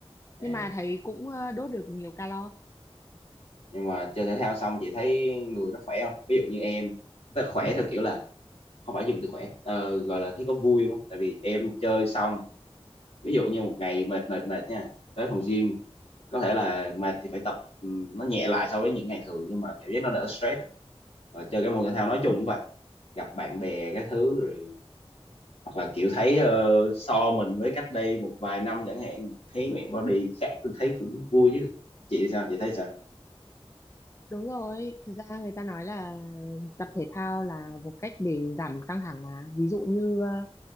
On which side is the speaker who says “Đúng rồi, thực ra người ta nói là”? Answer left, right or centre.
Left